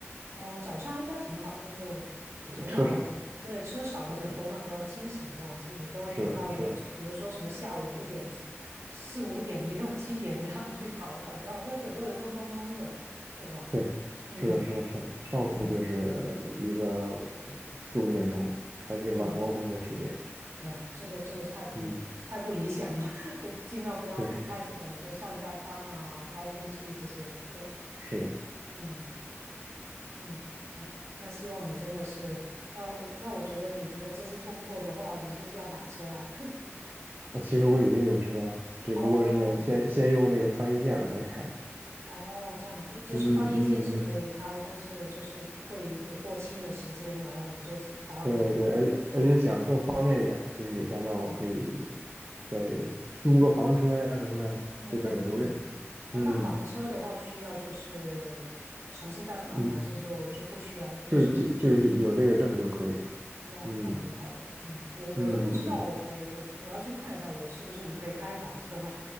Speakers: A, on the right; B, on the right.
A: 哦，早上应该挺好的，就头脑而且对车少，
B: 呃车少，呃，
A: 而且头脑比较清醒，
B: 呃
A: 这样子你不要等到比如说什么下午五点、
B: 是的，是的，
A: 四五点、六七点这样去考，感觉好像整个人都懵懵的了，对吧？
B: 对，
A: 嗯
B: 是的，是的，是的。上次就是一个
A: 嗯
B: 四五点钟，还是晚高峰的时间。
A: 嗯，对，这个这个太不太不理想了，
B: 嗯，
A: <laughs> 就尽量不要避开这种就上下班啊、
B: 对，
A: 高峰期这些。对，
B: 是的。
A: 嗯。嗯，哎，那希望你真的是，那我那我觉得你如果这次通过的话，你是不是要买车啊？
B: 啊，其实我已经有车了，只不过是先先用那个翻译件儿再开。
A: <laughs> 哦哦，这样子就是翻译件是可以开，
B: 嗯嗯嗯，
A: 但是就是会有过期的时间，然后你就当
B: 对对，而且而且想更方便一点儿就是有驾照可以
A: 哦，嗯
B: 再租个房车呀、什么的，
A: 嗯嗯，
B: 这边儿也都认。
A: 哦，
B: 嗯
A: 那房车的话需要就是重新再考吗？
B: 嗯，
A: 还是就就不需要了？就是
B: 就就就是有这个证就可以了。
A: 哇，
B: 嗯
A: 那挺好的。嗯，我我都不知道，
B: 嗯嗯嗯，
A: 我可以，我我要去看一下，我是不是可以开房车，